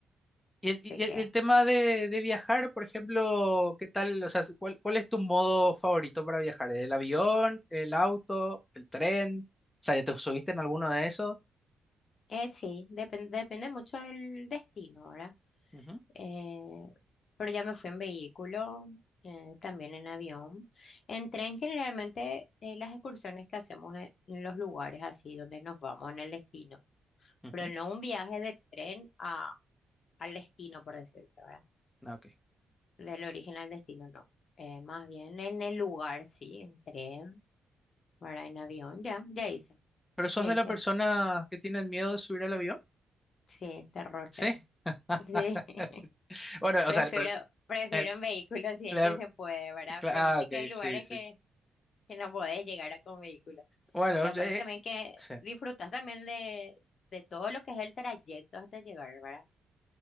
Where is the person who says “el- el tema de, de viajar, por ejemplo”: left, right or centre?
Left